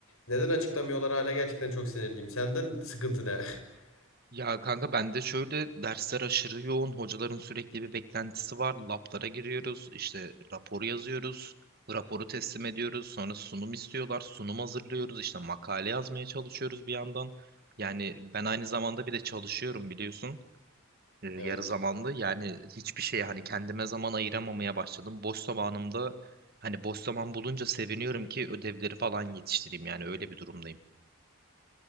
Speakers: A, on the left; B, on the right.
A: Neden açıklamıyorlar hala gerçekten çok sinirliyim. Senden sıkıntı ne? <laughs>
B: Ya kanka ben de şöyle dersler aşırı yoğun. Hocaların sürekli bir beklentisi var. Lablara giriyoruz. işte raporu yazıyoruz. Raporu teslim ediyoruz. Sonra sunum istiyorlar. Sunum hazırlıyoruz. işte makale yazmaya çalışıyoruz bir yandan. Yani ben aynı zamanda bir de çalışıyorum biliyorsun. e, yarı
A: Evet.
B: zamanlı. Yani hiçbir şey hani kendime zaman ayıramamaya başladım. Boş zamanımda hani boş zaman bulunca seviniyorum ki ödevleri falan yetiştireyim. Yani öyle bir durumdayım.